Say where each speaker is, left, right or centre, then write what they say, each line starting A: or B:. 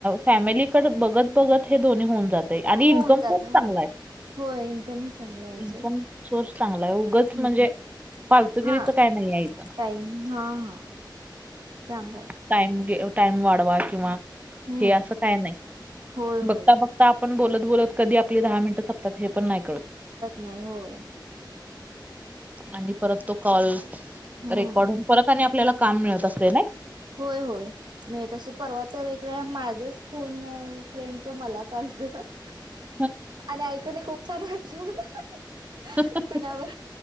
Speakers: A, on the right (about 20°); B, on the right (about 65°).
A: फॅमिलीकडं बघत बघत हे दोन्ही होऊन जातंय आणि
B: होऊन
A: इन्कम
B: जात
A: सोर्स चांगला
B: हो
A: आहे
B: हो इन्कम ही चांगला आहे
A: इन्कम
B: सोडा
A: सोर्स चांगला आहे उगच
B: हम्
A: म्हणजे फालतुगिरीचं
B: हा
A: काय नाही आहे इथं
B: काहींन हा हा चांगलय
A: टाइम गे टाइम वाढवा किंवा
B: हम्म
A: हे असं काय नाही
B: होय होय
A: बघता बघ त आपण बोलत बोलत कधी आपली दहा मिनिटं संपतात हे पण नाही कळत
B: नाही होय
A: आणि परत तो कॉल
B: हम्म
A: रेकॉर्ड होवुन परत आणि आपल्याला काम मिळत असते नाही
B: होय होय मिळत अस परवा तर एक वेळा माझच फोन अ फ्रेंडच मलाच चालतं ह ह
A: <inaudible>
B: आणि ऐकून ही खूप छान वाटलं मला, ह ह ह
A: ह ह
B: कुणावर